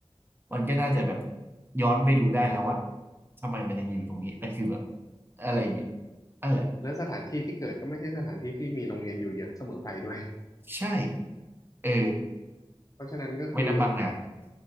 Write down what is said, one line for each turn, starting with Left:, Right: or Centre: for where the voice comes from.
Right: มันก็น่าจะแบบ
Left: ใช่
Right: ย้อนไปดูได้แล้วว่าทำไมมันยังอยู่ตรงนี้แต่คือแบบอะไรอย่างเงี้ยนั่นแหละ
Left: แล้วสถานที่ที่เกิดก็ไม่ใช่สถานที่ที่มีโรงเรียนอยู่เยอะเสมอไปด้วย
Right: ใช่เออ
Left: เพราะฉะนั้นก็คือ
Right: ไม่นับบังนา